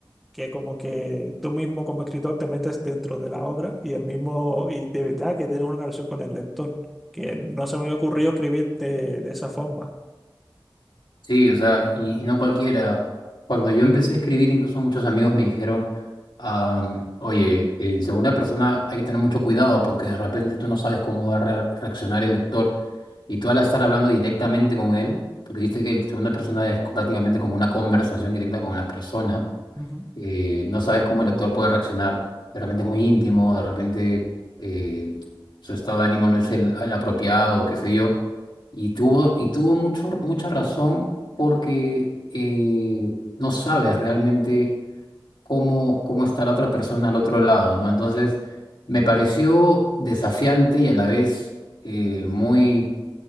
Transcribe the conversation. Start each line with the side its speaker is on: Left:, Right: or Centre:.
Centre: que como que tú mismo como escritor te metes dentro de la obra y el mismo, y de verdad que tienes una relación con el lector, que no se me había ocurrido escribir de, de esa forma.
Left: Sí, o sea, y, y no cualquiera. Cuando yo empecé a escribir, incluso muchos amigos me dijeron, am, oye, en segunda persona hay que tener mucho cuidado porque de repente tú no sabes cómo va a re- reaccionar el lector y tú al estar hablando directamente con él, porque dice que en segunda persona es prácticamente como una conversación directa con la persona,
Centre: Ujú,
Left: eh, no sabes cómo el actor puede reaccionar, de repente es muy íntimo, de repente eh, su estado de ánimo no es el, el apropiado, qué sé yo. Y tuvo, y tuvo mucho, mucha razón porque eh, no sabes realmente cómo, cómo está la otra persona al otro lado, ¿no? Entonces, me pareció desafiante y a la vez eh, muy,